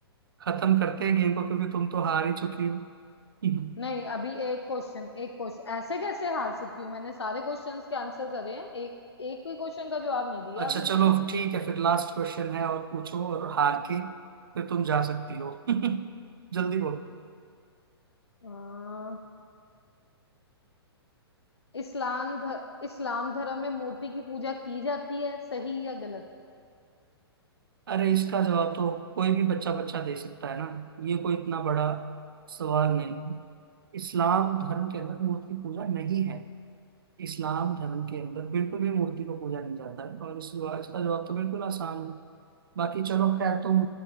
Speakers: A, on the right; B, on the left.
A: खत्म करते हैं गेम को क्योंकि तुम तो हार ही चुकी हो हम्म।
B: नहीं अभी एक क्वेश्चन एक क्वेश्चन ऐसे कैसे हार चुकी हूँ मैंने सारे क्वेश्चंस के आंसर करे हैं एक एक भी क्वेश्चन का जवाब नहीं दिया
A: अच्छा
B: अभी
A: चलो
B: पीछे
A: ठीक है फिर लास्ट क्वेश्चन है और पूछो और हार के फिर तुम जा सकती हो <laughs> जल्दी बोलो
B: अ, इस्लाम ध, इस्लाम धर्म में मूर्ति की पूजा की जाती है सही या गलत
A: अरे इसका जवाब तो कोई भी बच्चा बच्चा दे सकता है ना ये कोई इतना बड़ा सवाल नहीं है इस्लाम धर्म के अंदर मूर्ति पूजा नहीं है इस्लाम धर्म के अंदर बिल्कुल भी मूर्ति को पूजा नहीं जाता है और इस जवाब इसका जवाब तो बिल्कुल आसान है बाकी चलो खैर तुम